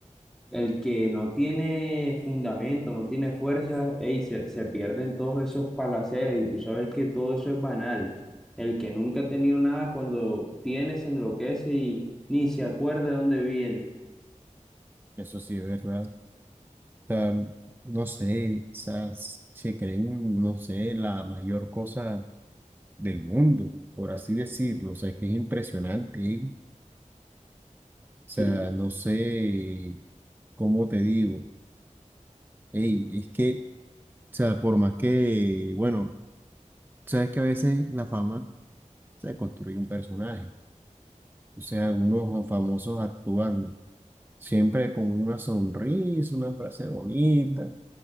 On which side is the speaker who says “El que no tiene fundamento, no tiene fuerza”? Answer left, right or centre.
Centre